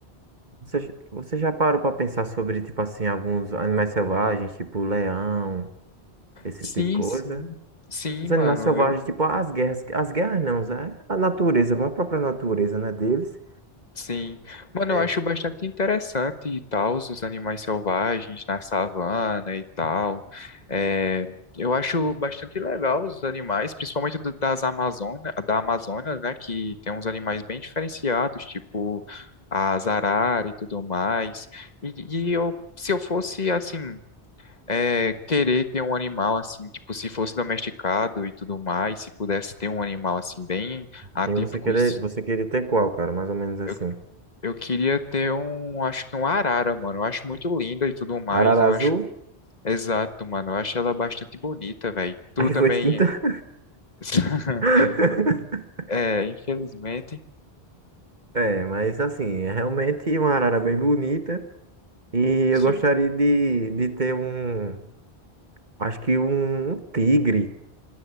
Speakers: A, on the right; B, on the left.
A: você, já- você já parou pra pensar sobre, tipo assim, alguns animais selvagens, tipo leão, esse
B: Sim,
A: tipo de coisa?
B: sim. Sim,
A: Os
B: mano,
A: animais selvagens,
B: eu.
A: tipo as guerras, as guerras não, é a natureza, a própria natureza, né, deles.
B: Sim. Mano,
A: É.
B: eu acho bastante interessante e tal, os animais selvagens na savana e tal. É, eu acho bastante legal os animais, principalmente do- das Amazônia, da Amazonas, né? Que tem uns animais bem diferenciados, tipo as araras e tudo mais. E, e eu, se eu fosse assim. é, querer ter um animal assim, tipo, se fosse domesticado e tudo mais, se pudesse ter um animal assim, bem atípico,
A: Quem você querer,
B: isso-
A: você queria ter qual, cara? Mais ou menos assim.
B: eu, eu queria ter um, acho que um arara, mano. Eu acho muito linda e tudo mais,
A: Arara
B: eu
A: azul,
B: acho, exato, mano. Eu acho ela bastante bonita, velho.
A: <laughs>
B: Tu
A: aí
B: também,
A: foi extinta.
B: <laughs>
A: <laughs>
B: é, infelizmente,
A: É, mas assim, é realmente uma arara bem bonita. E
B: sim.
A: eu gostaria de, de ter um, acho que um, um tigre.